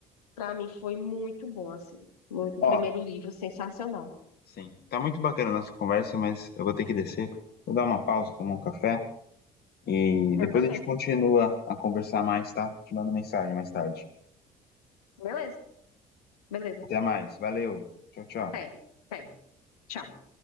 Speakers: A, on the left (about 85°); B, on the left (about 55°).
A: para mim foi muito bom, assim. Muito,
B: Ó,
A: o primeiro livro, sensacional.
B: sim. Tá muito bacana a nossa conversa, mas eu vou ter que descer. Vou dar uma pausa, tomar um café. E
A: Eu
B: depois
A: também.
B: a gente continua a conversar mais, tá? Te mando mensagem mais tarde.
A: Beleza, beleza.
B: Até mais. Valeu. Tchau, tchau.
A: Até, até. Tchau.